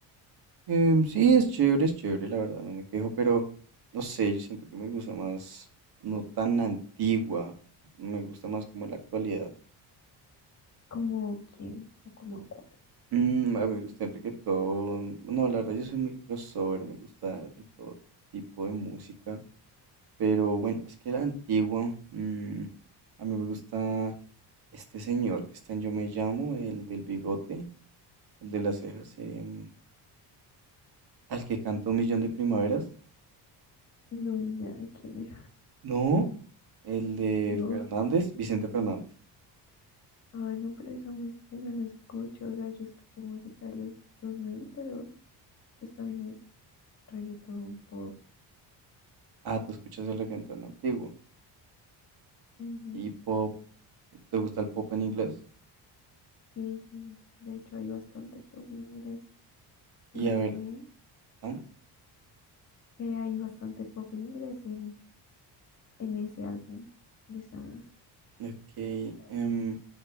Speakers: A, on the right; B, on the left.
A: Em, sí, es chévere, es chévere, la verdad, no me quejo, pero no sé, yo siento que me gusta más, no tan antigua, me gusta más como la actualidad.
B: Como quién o como cuál.
A: Mm, a mí me gusta el reggaetón, no, la verdad, yo soy muy crossover, me gusta de todo tipo de música. Pero bueno, es que la antigua, mm, a mí me gusta este señor que está en Yo me llamo, el del bigote, el de las cejas, em, al que canta Un millón de primaveras.
B: No, ni idea de quién es.
A: No, el de
B: No.
A: Fernández, Vicente Fernández.
B: Ah, no, pero esa música yo no escucho, o sea, yo escucho música de los 2000, pero Pues también es reggaetón, pop.
A: Ah, tú escuchas el reggaetón tan antiguo.
B: Ujú.
A: Y pop, ¿te gusta el pop en inglés?
B: Sí, sí. De hecho, hay bastante pop en inglés. En
A: Y
B: ese,
A: a ver, ah,
B: que hay bastante pop en inglés en, en ese álbum, en esa
A: ok,
B: playlist.
A: em,